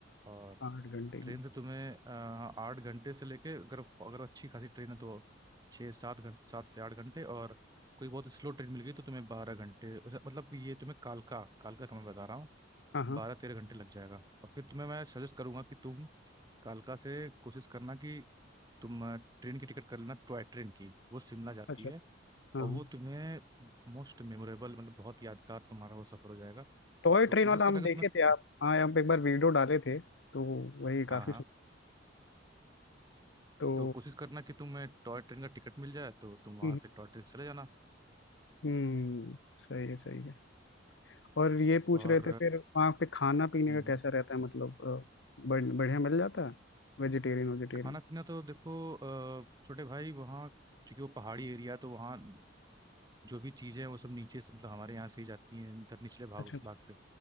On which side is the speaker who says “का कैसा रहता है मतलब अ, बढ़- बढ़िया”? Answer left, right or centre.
Left